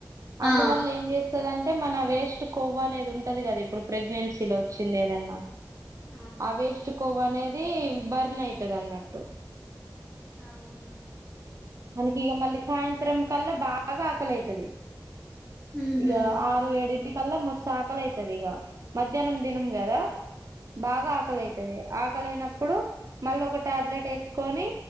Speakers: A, on the right; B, in the centre.
A: అందువల్ల
B: ఆ
A: ఏం చేస్తందంటే. అయితే మన వేస్ట్ కొవ్వు అనేది ఉంటది కదా ఇప్పుడు ప్రెగ్నెన్సీలో వచ్చింది ఏదన్నా.
B: ఆహా
A: ఆ వేస్ట్ కొవ్వు అనేది బర్న్ అయితది అన్నట్టు.
B: అవునా.
A: మనకి ఇక మళ్ళీ సాయంత్రం కల్లా బాగా ఆకలైతది.
B: ఉహు
A: ఇక ఆరు ఏడుంటికి. కల్లా మస్తు ఆకలి అయితది ఇగ మధ్యాహ్నం తిన్నం గదా. బాగా ఆకలైతది ఆకలైనప్పుడు మళ్ళీ ఒక టాబ్లెట్ వేసుకొని